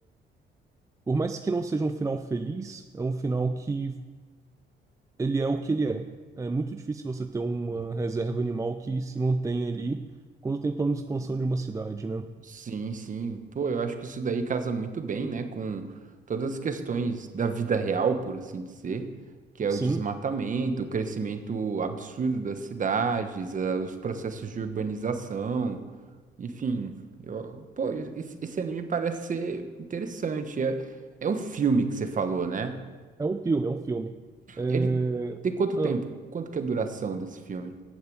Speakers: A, on the right; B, on the right.
A: Por mais que não seja um final feliz, é um final que ele é o que ele é. É muito difícil você ter uma reserva animal que se mantenha ali quando tem plano de expansão de uma cidade, né?
B: Sim, sim. Pô, eu acho que isso daí casa muito bem, né, com todas as questões da vida real, por assim dizer, que é
A: Sim,
B: o desmatamento, o crescimento absurdo das cidades, ah, os processos de urbanização, enfim. Eu, pô, esse, esse anime parece ser interessante. É, é um filme que você falou, né?
A: é um filme, é um filme. É...
B: Ele tem quanto
A: ah,
B: tempo? Quanto que é a duração desse filme?